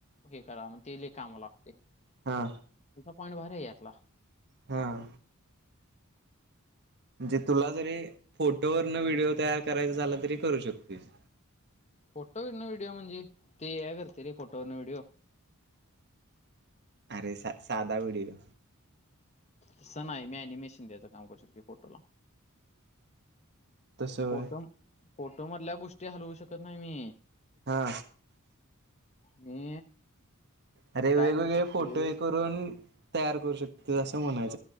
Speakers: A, on the left; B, on the right.
A: हे करा म् ते ल काम लात
B: हा.
A: पॉईंट भारी हे यातला.
B: हा म्हणजे तुला जरी फोटोवरन व्हिडिओ तयार करायचा झाला. तरी करू शकतेस
A: फोटो विन व्हिडिओ म्हणजे, ते ए आ करते रे फोटोवरण व्हिडीओ
B: आरे सा साधा व्हडिओ
A: तसं नाही मी आणि ॲनिमेशन द्यायचं काम करू शकते फोटोला
B: तसं व्हय.
A: फोटो फोटो मधल्या गोष्टी हलवू, शकत नाही मी
B: हा.
A: मी
B: अरे
A: काय
B: वेगवेगळे
A: करू शकतोय
B: फोटो हे करून तयार करू, शकतो असं म्हणायचं